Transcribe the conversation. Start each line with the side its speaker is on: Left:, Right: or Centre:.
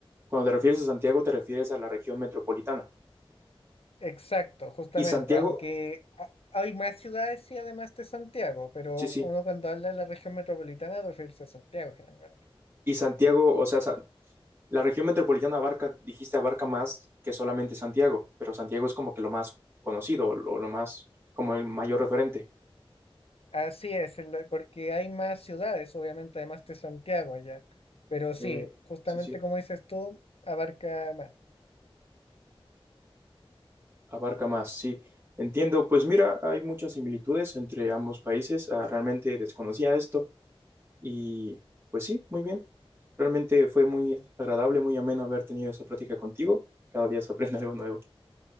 Right: cuando te refieres a Santiago, te refieres a la región metropolitana.
Left: Exacto, justamente.
Right: Y Santiago,
Left: Aunque ha- hay más ciudades, y además de Santiago, pero
Right: sí, sí.
Left: uno cuando habla de la región metropolitana referirse a Santiago generalmente.
Right: Y Santiago, o sea, Sa- la región metropolitana abarca, dijiste, abarca más que solamente Santiago, pero Santiago es como que lo más conocido o lo más, como el mayor referente.
Left: Así es, el de- porque hay más ciudades, obviamente, además de Santiago allá. Pero sí,
Right: Eh,
Left: justamente
Right: sí, sí.
Left: como dices tú, abarca más.
Right: Abarca más, sí. Entiendo, pues mira, hay muchas similitudes entre ambos países. Ah, realmente desconocía esto y pues sí, muy bien. Realmente fue muy agradable, muy ameno haber tenido esa plática contigo. Cada día se aprende <laughs> algo nuevo.